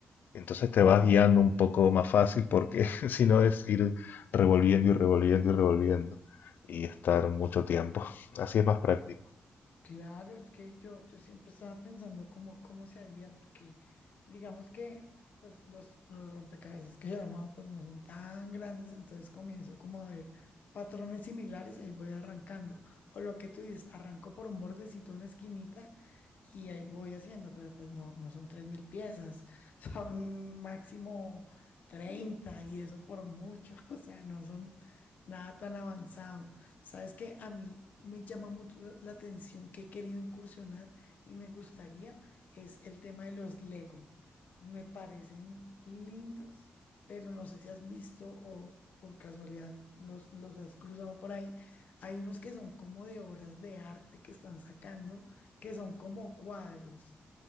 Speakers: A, on the left; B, on the left.
A: Entonces te vas guiando un poco más fácil porque <laughs> si no es ir revolviendo y revolviendo y revolviendo y estar mucho tiempo. Así es más práctico.
B: Claro, es que yo, yo siempre estaba pensando cómo, cómo se haría, porque digamos que pues, los, los rompecabezas que yo he armado pues, no son tan grandes, entonces comienzo como a ver patrones similares y ahí voy arrancando. O lo que tú dices, arranco por un bordecito, una esquinita y ahí voy haciendo, pero pues no, no son 3.000 piezas, <laughs> son máximo 30 y eso por mucho, <laughs> o sea, no son nada tan avanzado. Sabes que a mí me llama mucho la la atención que he querido incursionar y me gustaría es el tema de los Lego. Me parecen lindos, pero no sé si has visto o por casualidad los, los has cruzado por ahí. Hay unos que son como de obras de arte que están sacando, que son como cuadros